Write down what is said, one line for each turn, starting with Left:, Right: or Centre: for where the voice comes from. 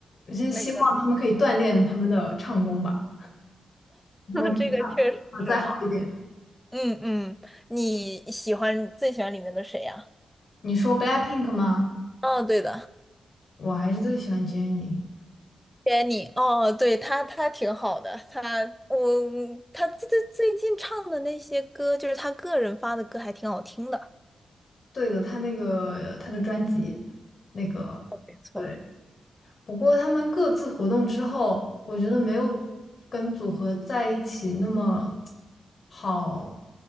Left: 我就希望他们可以锻炼他们的唱功吧，
Centre: 那个，
Left: 他们可以唱啊再好一点。
Centre: <laughs> 这个确实是啊。嗯嗯，你喜欢最喜欢里面的谁呀、
Left: 你说 BLACKPINK 吗？
Centre: 哦，对的
Left: 我还是最喜欢 Jennie。
Centre: ，Jenny，哦，对，她她挺好的，她我她最最最近唱的那些歌，就是她个人发的歌，还挺好听的。
Left: 对的，她那个她的专辑，那个
Centre: 没错，
Left: 对。不过他们各自活动之后，我觉得没有跟组合在一起那么好，